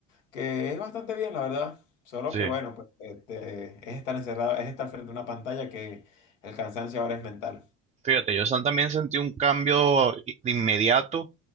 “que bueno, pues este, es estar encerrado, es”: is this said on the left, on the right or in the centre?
Left